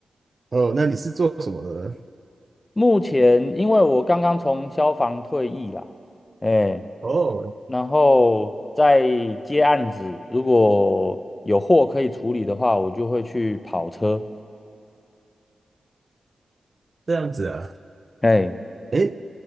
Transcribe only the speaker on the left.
目前因为我刚刚从消防退役啦，哎，
然后在接案子，如果有货可以处理的话，我就会去跑车。
哎。